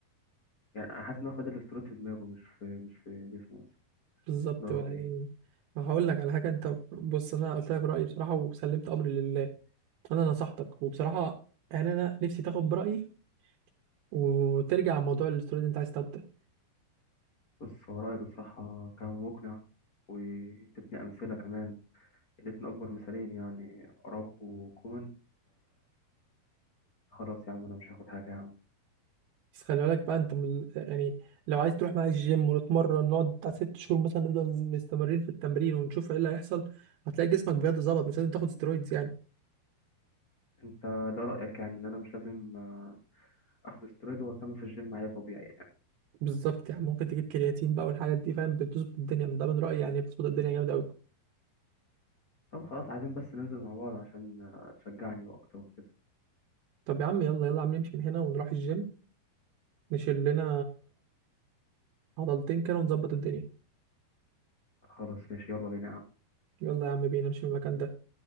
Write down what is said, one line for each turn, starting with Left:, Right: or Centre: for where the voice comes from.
Left: يعني انا حاسس ان هو خد الاسترويد في دماغه مش في مش في جسمه بس.
Right: بالظبط
Left: ده رايي
Right: بقى
Left: يعني.
Right: يعني هقول لك على حاجه انت بص انا قلت لك رايي بصراحه وسلمت امري لله انا نصحتك وبصراحه يعني انا نفسي تاخد برايي وترجع عن موضوع الاستوري اللي انت عايز تاخده
Left: بص هو رايي بصراحه كان مقنع وادتني امثله كمان ادتني اكبر مثالين يعني اراخو وكومان فخلاص يا عم انا مش هاخد حاجه يا عم
Right: بس خلي بالك بقى انت من- يعني لو عايز تروح معايا الجيم ونتمرن نقعد بتاع ست شهور مثلا نفضل مستمرين في التمرين ونشوف ايه اللي هيحصل هتلاقي جسمك بجد ظبط مش لازم تاخد سترويدز يعني
Left: انت ده رايك يعني ان انا مش لازم آه، اخد استرويد واكمل في الجيم عادي طبيعي يعني.
Right: بالظبط يعني ممكن تجيب كرياتين بقى والحاجات دي فاهم بتظبط الدنيا من ده من رأيي يعني بتظبط الدنيا جامد قوي
Left: طب خلاص عايزين بس ننزل مع بعض عشان آه، تشجعني واكتر وكده
Right: طب يا عم يلا يلا يا عم نمشي من هنا ونروح الجيم نشيل لنا عضلتين كده ونظبط الدنيا
Left: خلاص ماشي يلا بينا يا عم.
Right: يلا يا عم بينا نمشي من المكان ده